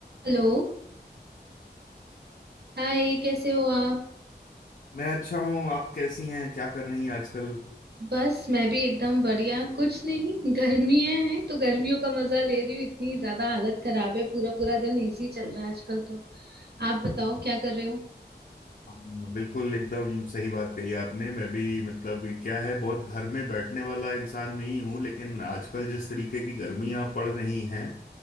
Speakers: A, on the right; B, on the left.
A: Hello Hi कैसे हो आप
B: मैं अच्छा हूँ आप कैसी हैं क्या कर रही हैं आजकल
A: बस मैं भी एकदम बढ़िया कुछ नहीं गर्मियां हैं तो गर्मियों का मजा ले रही हूँ इतनी ज्यादा हालत खराब है पूरा पूरा दिन एसी चल रहा है आजकल तो आप बताओ क्या कर रहे हो
B: हाँ, बिल्कुल एकदम सही बात कही आपने मैं भी मतलब क्या है बहुत घर में बैठने वाला इंसान नहीं हूँ लेकिन आजकल जिस तरीके की गर्मियाँ पड़ रही हैं